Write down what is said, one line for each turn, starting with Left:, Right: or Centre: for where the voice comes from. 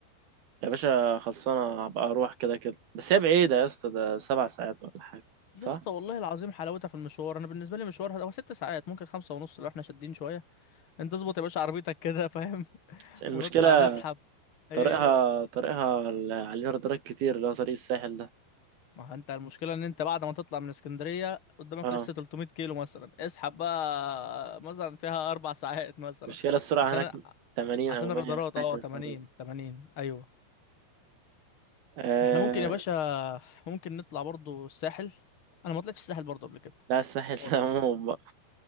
Right: يا باشا خلصانة هبقى أروح كده كده بس هي بعيدة يا اسطى ده سبع ساعات ولا حاجة
Left: يا
Right: صح؟
Left: اسطى والله العظيم حلاوتها في المشوار انا بالنسبة لي مشوار هو ست ساعات ممكن خمسة ونص لو احنا شادين شوية انت اظبط يا باشا عربيتك كده فاهم <laughs>
Right: بس المشكلة
Left: ونطلع نسحب ايه
Right: طريقها طريقها اللي عليه رادارات كتير اللي هو طريق الساحل ده
Left: ما هو انت المشكلة ان انت بعد ما تطلع من اسكندرية قدامك
Right: اه
Left: لسه 300 كيلو مثلا اسحب بقى مثلا فيها اربع ساعات مثلا
Right: المشكلة السرعة
Left: عشان
Right: هناك 80
Left: عشان
Right: أو 100
Left: الرادارات
Right: سمعت
Left: اه
Right: الحوار
Left: 80
Right: ده
Left: 80 ايوه
Right: آه
Left: احنا ممكن يا باشا ممكن نطلع برضو الساحل انا ما طلعتش الساحل برضو قبل كده
Right: لا الساحل <laughs>
Left: خالص
Right: ده عموما بقى